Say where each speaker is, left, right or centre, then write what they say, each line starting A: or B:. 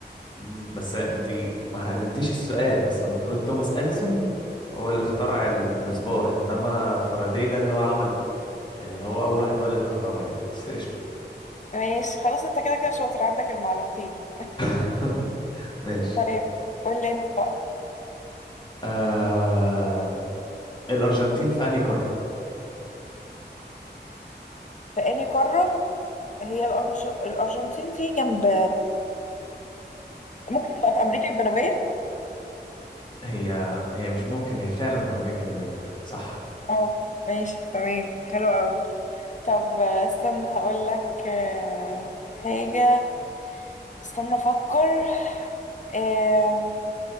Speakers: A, on the left; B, on the left.
A: مم، بس انت ما حددتيش السؤال بس المفروض توماس اديسون هو اللي اخترع المصباح انما فاراداي ده اللي هو عمل اللي هو اول واحد ولد كهرباء يعني بس قشطه
B: ماشي خلاص انت كده كده شاطر عندك المعلومتين
A: <laughs> ماشي
B: طيب قول لي انت بقى
A: آه... الارجنتين في انهي قاره
B: في انهي قارة هي الأنش... الأرجنتين دي جنب ممكن تبقى في امريكا الجنوبيه
A: هي هي مش ممكن هي فعلا في امريكا الجنوبيه صح
B: اه ماشي تمام حلو قوي طب آه، استنى اقول لك آه، حاجه استنى افكر آم،